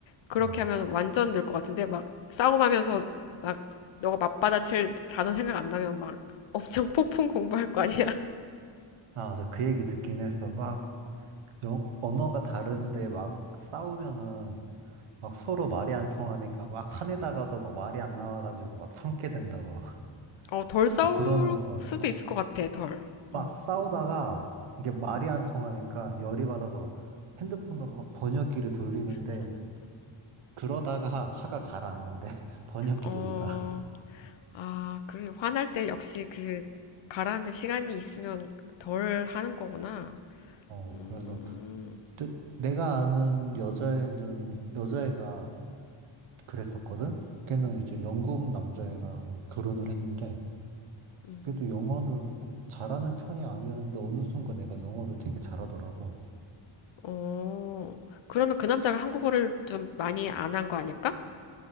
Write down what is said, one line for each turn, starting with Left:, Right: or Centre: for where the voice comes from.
Left: 그렇게
Right: 어.
Left: 하면 완전 늘 것 같은데 막 싸움하면서 막 너가 맞받아칠 단어 생각 안 나면 막 엄청 폭풍 공부할 거 아니야?
Right: 아, 맞아. 그 얘기 듣긴 했어. 막, 영, 언어가 다른데 막 싸우면은 막 서로 말이 안 통하니까 막 화내다가도 막 말이 안 나와가지고 막 참게 된다고. <laughs>
Left: 어, 덜 싸울
Right: 막 그러면서,
Left: 수도
Right: 어.
Left: 있을 것 같아, 덜.
Right: 막
Left: 음.
Right: 싸우다가 이게 말이 안 통하니까 열이 받아서 막 핸드폰으로 막 번역기를 돌리는데 그러다가 화가 가라앉는데 <laughs> 번역기
Left: 어,
Right: 돌리다.
Left: 아, 그래. 화날 때 역시 그 가라앉는 시간이 있으면 덜 하는 거구나.
Right: 어,
Left: 음,
Right: 그래서 근데 내가 아는 여자애는, 여자애가 그랬었거든? 걔는 이제 영국 남자애랑 결혼을 했는데,
Left: 음.
Right: 그래도 영어는 막 잘하는 편이 아니었는데, 어느 순간 내가 영어를 되게 잘하더라고.
Left: 어, 그러면 그 남자가 한국어를 좀 많이 안 한 거 아닐까?